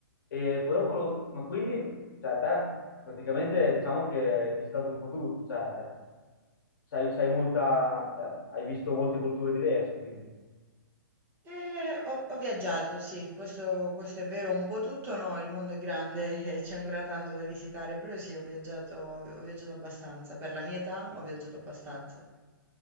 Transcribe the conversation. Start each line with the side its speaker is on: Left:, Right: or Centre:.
Left: e poi dopo, lo- ma quindi, cioè, te praticamente diciamo che hai visitato un po' tutto, cioè, sai, sai molta, cioè, hai visto molte culture diverse, quindi.
Right: Eh, ho, ho viaggiato, sì, questo, questo è vero, un po' tutto no, il mondo è grande <laughs> e c'è ancora tanto da visitare, però sì, ho viaggiato, ho viaggiato abbastanza, per la mia età ho viaggiato abbastanza.